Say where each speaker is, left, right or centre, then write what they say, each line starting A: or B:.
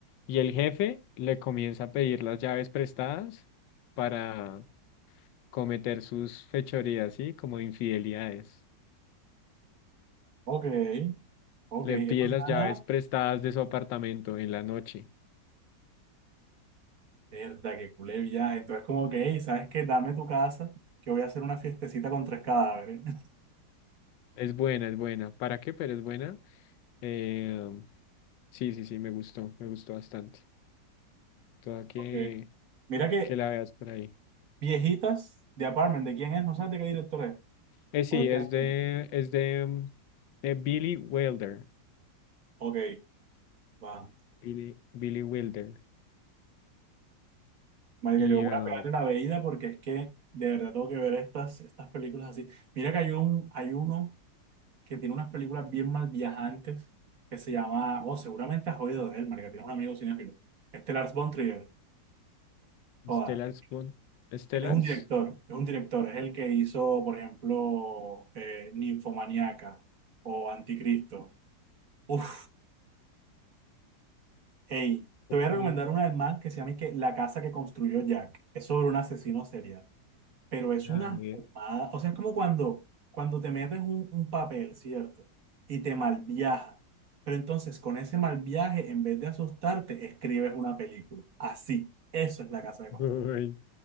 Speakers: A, on the left; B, on the right.
A: Y el jefe le comienza a pedir las llaves prestadas para cometer sus fechorías, ¿sí? Como infidelidades.
B: Ok, ok,
A: Le
B: eso
A: pide las
B: suena,
A: llaves prestadas de su apartamento en la noche.
B: verdad, que culé ya. Entonces, como que, "Ey, ¿sabes qué? Dame tu casa, que voy a hacer una fiestecita con tres cadáveres. <laughs>
A: Es buena, es buena. ¿Para qué? Pero es buena. Eh, sí, sí, sí, me gustó, me gustó bastante. Toda que,
B: Ok. Mira que
A: que la veas por ahí.
B: viejitas de Apartment, ¿de quién es? No sabes de qué director es.
A: Eh, sí,
B: ¿O de qué
A: es
B: año
A: de,
B: es?
A: es de, mm, de Billy Wilder.
B: Ok, va.
A: Billy, Billy Wilder
B: Marica,
A: y
B: yo voy
A: uh,
B: a pegarle una veída porque es que de verdad tengo que ver estas, estas películas así. Mira que hay un, hay uno que tiene unas películas bien mal viajantes que se llama, oh, seguramente has oído de él, marica, tienes un amigo cinéfilo. Este Lars von Trier, joda,
A: Stellar Spoon. ¿Stellars?
B: él es un director, es un director, es el que hizo, por ejemplo, eh, Ninfomaniaca o Anticristo. Uf, hey, te
A: Paul
B: voy a recomendar una del man que se llama y que La casa que construyó Jack. Es sobre un asesino serial. pero es
A: Lager.
B: una fumada. O sea, es como cuando, cuando te metes un, un papel, ¿cierto? Y te malviajas. Pero entonces, con ese mal viaje, en vez de asustarte, escribes una película. Así. Eso es la casa de costura.
A: Uy,